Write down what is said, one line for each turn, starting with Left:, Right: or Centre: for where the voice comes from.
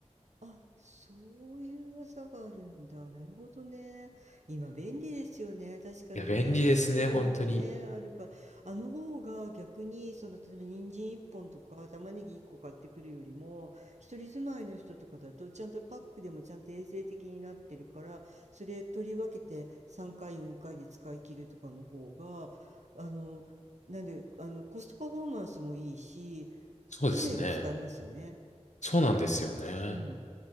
Right: あ、そういう技があるんだ。なるほどね。今便利ですよね。確かにね。
Left: いや、便利ですね、
Right: 切れてるのがね、
Left: 本当に。
Right: あるから。あの方が逆に、その、例えば人参1本とか玉ねぎ1個買ってくるよりも、一人住まいの人とかだと、ちゃんとパックでもちゃんと衛生的になってるから、それ取り分けて3回、4回で使い切るとかの方が、あの、なんで、あの、コストパフォーマンスもいいし、
Left: そうですね。
Right: 綺麗に使えますよね。
Left: そうなんですよね。
Right: うん、